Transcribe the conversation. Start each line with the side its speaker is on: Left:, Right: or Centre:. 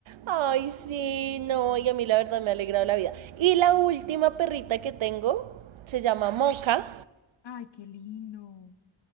Right: Ay, sí, no, y a mí la verdad me ha alegrado la vida. Y la última perrita que tengo se llama Mocha
Left: Ay, qué lindo.